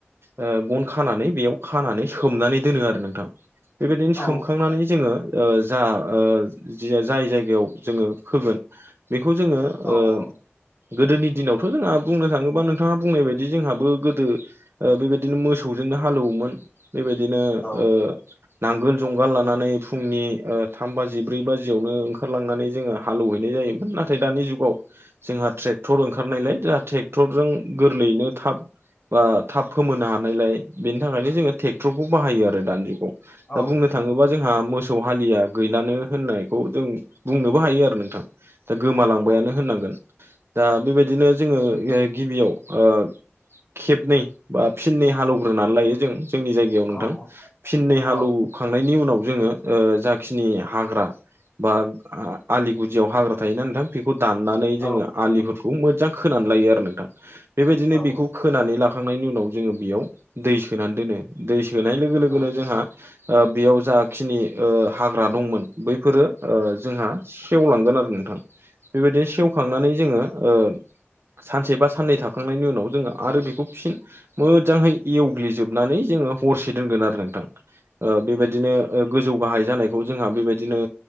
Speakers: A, on the right; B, on the left.
A: ओ गन खानानै बेयाव खानानै सोमनानै दोनो आरो नोंथां। बेबायदिनो
B: औ
A: सोमखांनानै जोङो ओ जा ओ जाय जायगायाव जोङो फोगोन बेखौ जोङो
B: औ
A: ओ
B: औ
A: गोदोनि दिनावथ' जोंहा बुंनो थाङोबा नोंथाङा बुंनाय बायदि जोंहाबो गोदो ओ बेबायदिनो मोसौजोंनो हालौवोमोन बेबायदिनो
B: औ
A: ओ नांगोल जुंगाल लानानै फुंनि ओ थाम बाजि ब्रै बाजियावनो ओंखारलांनानै जोङो हालौवहैनाय जायोमोन नाथाय दानि जुगाव जोंहा ट्रेक्टर ओंखारनायलाय दा ट्रेक्टरजों गोरलैयैनो थाब बा थाब फोमोनो हानायलाय बेनि थाखायनो जोङो ट्रेक्टरखौ बाहायो आरो दानि जुगाव
B: औ
A: दा बुंनो थाङोबा जोंहा मोसौ हालिया गैलानो होननायखौ जों बुंनोबो हायो आरो नोंथां। दा गोमालांबायानो
B: नंगौ औ औ
A: होनांगोन दा बेबायदिनो जोङो गिबियाव ओ खेबनै बा फिननै हालौग्रोनानै लायो जों जोंनि जाय याव
B: औ
A: नोंथां
B: नंगौ औ औ
A: फिननै हालौवखांनायनि
B: औ
A: उनाव जोङो ओ जाखिनि हाग्रा बा आलिगुदियाव हाग्रा थायोना नोंथां बेखौ दानना
B: औ
A: जोङो आलिफोरखौ मोजां खोनानै लायो आरो नोंथां बेबायदिनो बेखौ
B: औ
A: खोनानै लाखांनायनि उनाव जोङो बेयाव दै सोनानै दोनो दै सोनाय लोगो
B: औ
A: लोगोनो जोंहा ओ बेयाव जाखिनि ओ हाग्रा दंमोन बैफोरो ओ जोंहा सेवलांगोन आरो नोंथां बेबायदिनो सेवखांनानै जोङो ओ सानसे बा साननै थाखाखांनायनि उनाव जोङो आरो बेखौ फिन मोजांहै एवग्लिजोबनानै जोङो हरसे दोनगोन आरो नोंथां ओ बेबायदिनो ओ गोजौ गाहाय जानायखौ जोंहा बेबायदिनो